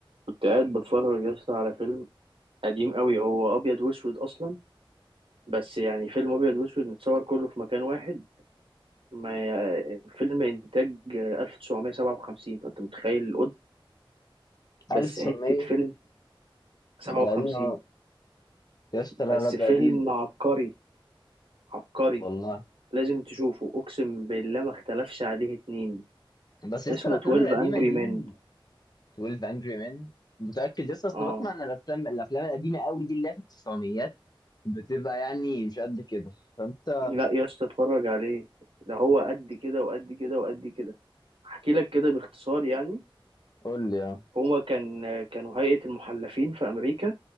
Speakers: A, on the right (about 75°); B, on the left (about 45°).
A: كنت قاعد بتفرج يا اسطى على فيلم قديم قوي هو ابيض واسود اصلا بس يعني فيلم ابيض واسود متصور كله في مكان واحد ما ي- فيلم انتاج 1957 فانت متخيل القد
B: 1900
A: بس حتة فيلم 57
B: ده قديم اه يا اسطى لا
A: بس
B: لا ده
A: فيلم
B: قديم ده
A: عبقري عبقري
B: والله
A: لازم تشوفه اقسم بالله ما اختلفش عليه اتنين
B: بس يا
A: اسمه
B: اسطى الافلام
A: 12
B: القديمه دي
A: Angry Men
B: 12 انجري مان متاكد يا اسطى اصل
A: اه
B: بسمع ان الافلام الافلام القديمه قوي دي اللي هي في التسعميات بتبقى يعني مش قد كده فانت
A: لا يا اسطى اتفرج عليه ده هو قد كده وقد كده وقد كده احكي لك كده باختصار يعني
B: قول لي اه
A: هو كان كانوا هيئة المحلفين في أمريكا